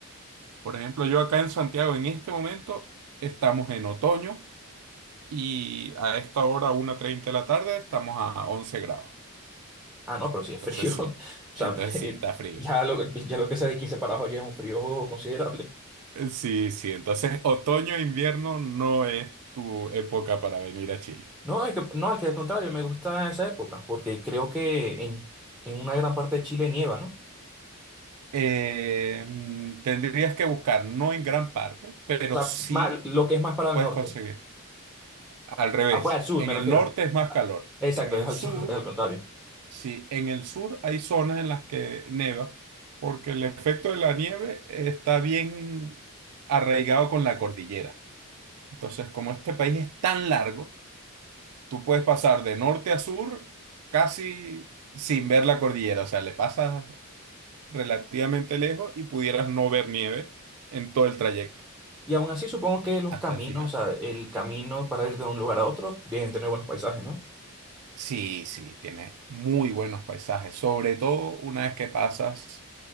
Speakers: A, on the right; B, in the centre.
A: Por ejemplo, yo acá en Santiago en este momento estamos en otoño y a esta hora, una treinta de la tarde, estamos a 11 grados.
B: Ah, no, pero si es
A: Entonces
B: frío. <laughs>
A: sí,
B: O sea,
A: entonces
B: <laughs>
A: sí, está frío.
B: ya lo, ya lo que sea de 15 para abajo ya es un frío considerable.
A: Sí, sí, entonces otoño e invierno no es tu época para venir a Chile.
B: No, es que, no, es que al contrario, me gusta esa época, porque creo que en, en una gran parte de Chile nieva, ¿no?
A: Eh, mm, tendrías que buscar, no en gran parte, pero
B: O sea,
A: sí
B: más- lo que es más para
A: puedes
B: el norte.
A: conseguir. Al revés,
B: Ah, pues al sur
A: en
B: me refiero.
A: el norte es más
B: Ah,
A: calor,
B: Exacto,
A: en el
B: es al
A: sur
B: sur, <laughs> es al contrario.
A: Sí, en el sur hay zonas en las que neva, porque el efecto de la nieve está bien arraigado con la cordillera. Entonces, como este país es tan largo, tú puedes pasar de norte a sur casi sin ver la cordillera. O sea, le pasas relativamente lejos y pudieras no ver nieve en todo el trayecto
B: Y aún así supongo que los
A: hasta
B: caminos,
A: el final.
B: o sea, el camino para ir de un lugar a otro, deben tener buenos paisajes, ¿no?
A: Sí, sí, tiene muy buenos paisajes, sobre todo una vez que pasas.